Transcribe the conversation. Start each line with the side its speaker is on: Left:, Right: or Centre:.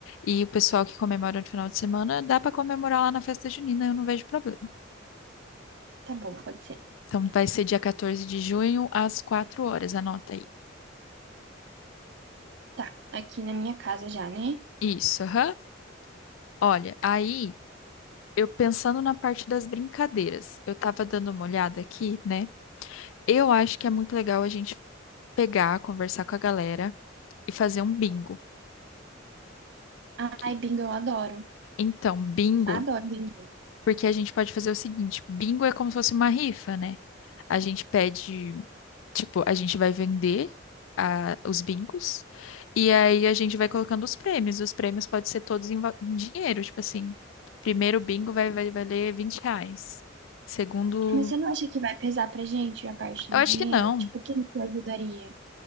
Left: e o pessoal que comemora no final de semana dá pra comemorar lá na festa junina, eu não vejo problema.
Right: Tá bom, pode ser.
Left: Então vai ser dia 14 de junho às quatro horas, anota aí.
Right: Tá, aqui na minha casa já, né?
Left: Isso, aham. Olha, aí eu pensando na parte das brincadeiras, eu tava dando uma olhada aqui, né? Eu acho que é muito legal a gente pegar, conversar com a galera e fazer um bingo.
Right: Ai,
Left: Que-
Right: bingo, eu adoro.
Left: Então, bingo
Right: Adoro bingo.
Left: Porque a gente pode fazer o seguinte: bingo é como se fosse uma rifa, né? A gente pede, tipo, a gente vai vender a- os bingos e aí a gente vai colocando os prêmios. E os prêmios podem ser todos em, va- em dinheiro, tipo assim. Primeiro bingo vai, vai valer 20 reais. Segundo.
Right: Mas você não acha que vai pesar pra gente a parte
Left: Eu
Right: do
Left: acho
Right: dinheiro?
Left: que não.
Right: Tipo, quem que ajudaria?